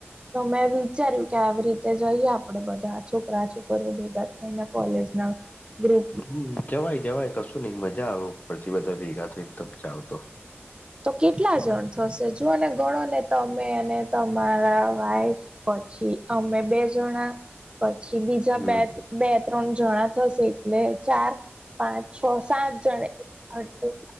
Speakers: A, on the right (about 25°); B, on the left (about 35°).
A: તો મેં વિચાર્યું કે આવી રીતે જઈએ આપણેે બધા, છોકરા છોકરીઓ ભેગા થઈને કોલેજના ગ્રુપ
B: હમ્મ હમ્મ, જવાય જવાય કશું નઈ મજા આવે ઉપરથી બધા ભેગા થઈને તબ જાવ તો
A: તો કેટલા જણ થશે? જોઓને ગણો ને તમે અને તમારા વાઈફ, પછી અમે બે જણા પછી બીજા
B: હમ
A: બે બે ત્રણ જણા થશે એટલે ચાર પાંચ છ સાત જણે આર્ટિગ